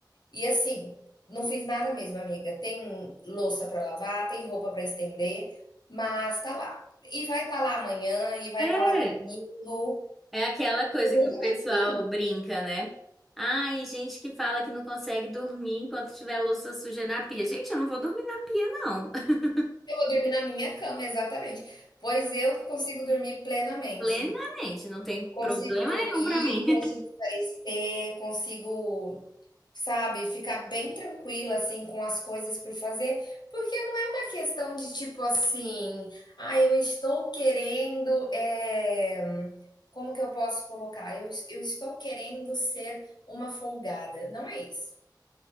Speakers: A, on the left; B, in the centre.
A: E assim, não fiz nada mesmo, amiga. Tem louça para lavar, tem roupa para estender, mas tá lá. E vai estar tá lá amanhã, e vai
B: É,
A: estar tá lá no domingo,
B: é aquela coisa
A: Nunca
B: que o pessoal
A: tem fim.
B: brinca, né? Ai, gente que fala que não consegue dormir enquanto tiver louça suja na pia. Gente, eu não vou dormir na pia, não. <laughs>
A: Eu vou dormir na minha cama, exatamente. Pois eu consigo dormir plenamente.
B: Plenamente, não tem
A: Consigo
B: problema
A: dormir,
B: nenhum pra mim.
A: consigo espairecer, consigo, sabe, ficar bem tranquila, assim, com as coisas por fazer, porque não é uma questão de tipo assim, ah, eu estou querendo, eh, como que eu posso colocar? Eu, eu estou querendo ser uma folgada. Não é isso.